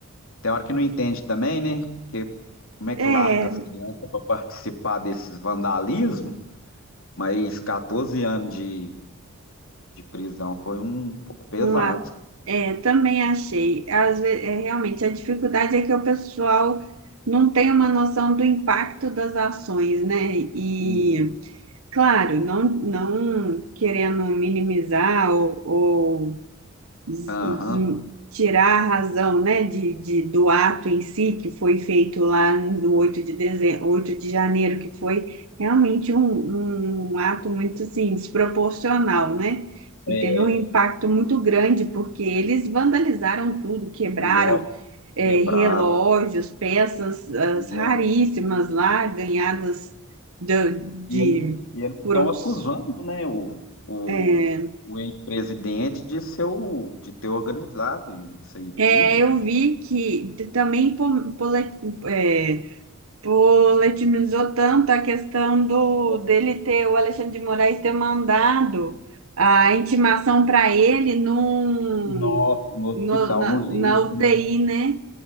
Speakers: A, on the left (about 70°); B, on the right (about 75°).
A: tem hora que não entende também, né? Que, como é
B: é,
A: que larga as crianças para participar desses vandalismos? Mas 14 anos de, de prisão foi um pouco pesado.
B: uma, é, também achei. Às vezes, é, realmente, a dificuldade é que o pessoal não tem uma noção do impacto das ações, né? E
A: E,
B: Claro, não, não querendo minimizar ou, ou des-
A: Aham,
B: des- tirar a razão, né, de, de- do ato em si, que foi feito lá no 8 de dezembro, 8 de janeiro, que foi realmente um, um- um ato muito, assim, desproporcional, né? E
A: é,
B: teve um impacto muito grande, porque eles vandalizaram tudo, quebraram,
A: nossa,
B: eh,
A: quebraram.
B: relógios, peças, as
A: nossa.
B: raríssimas lá, ganhadas de, de-
A: E eles e eles
B: por
A: estão
B: outros.
A: acusando, né, o, o,
B: é,
A: o ex-presidente de ser o, de ter organizado isso aí
B: É,
A: tudo.
B: eu vi que t- também po- pole- é, poletimizou tanto a questão do
A: No,
B: dele ter, o Alexandre de Moraes ter mandado a intimação para ele num,
A: no no hospital,
B: no, na,
A: no leito,
B: na UTI,
A: né?
B: né?